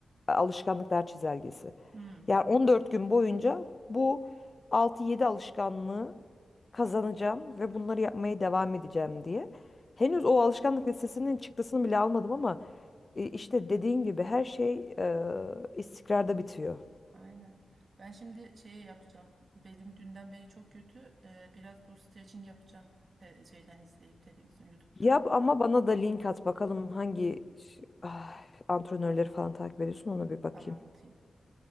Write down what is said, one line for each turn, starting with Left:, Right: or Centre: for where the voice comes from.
Left: A- Alışkanlıklar çizelgesi.
Right: Hmm,
Left: Yani 14 gün boyunca bu altı yedi alışkanlığı kazanacağım ve bunları yapmaya devam edeceğim diye. Henüz o alışkanlık listesinin çıktısını bile almadım ama e, İşte dediğin gibi her şey e, istikrarda bitiyor.
Right: aynen. Ben şimdi şey yapacağım. Belim dünden beri çok kötü. E, biraz bu stretching yapacağım. Te- şeyden izleyip televizyon, YouTube'da.
Left: Yap ama bana da link at bakalım
Right: Tamam,
Left: hangi ş- ah, antrenörleri falan takip ediyorsun ona bir bakayım.
Right: tamam atayım.